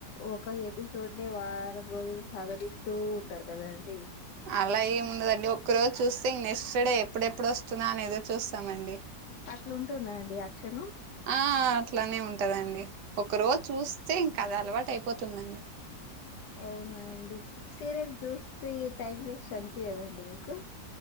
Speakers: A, on the left (about 80°); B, on the right (about 75°).
A: ఒక ఎపిసోడ్ని వారం రోజులు సగరిస్తూ ఉంటారు కదాండి
B: అలా ఏముండదండి ఒక్క రోజు చూస్తే నెక్స్ట్ డే ఎప్పుడెప్పుడు వస్తదా అని ఎదురు చూస్తామండి.
A: అట్లా ఉంటుందా అండి యాక్షను
B: ఆ అట్లనే ఉంటదండి ఒక్క రోజు చూస్తే ఇంకా అదే అలవాట్ అయిపోతుందండి.
A: అవునండి సీరియల్ చూస్తే టైం వేస్ట్ అన్పియద అండి మీకు